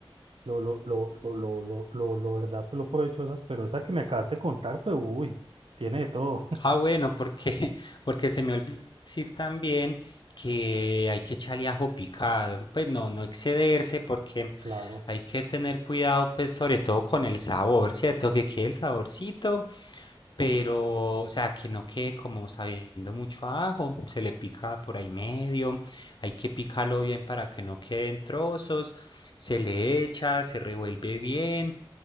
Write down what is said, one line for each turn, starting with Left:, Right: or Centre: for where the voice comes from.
Right: lo, lo, lo, lo, lo, lo, lo, lo verdad, pues, lo provechosas, pero esa que me acabas de contar, pues uy, tiene de todo,
Left: Ah, bueno, porque, <laughs> porque se me olvidó decir también que hay que echarle ajo picado. Pues no, no excederse porque
Right: <laughs> claro.
Left: hay que tener cuidado, pues sobre todo con el sabor, ¿cierto? Que quede el saborcito, pero, o sea, que no quede como sabiendo mucho a ajo. Se le pica por ahí medio, hay que picarlo bien para que no queden trozos. Se le echa, se revuelve bien.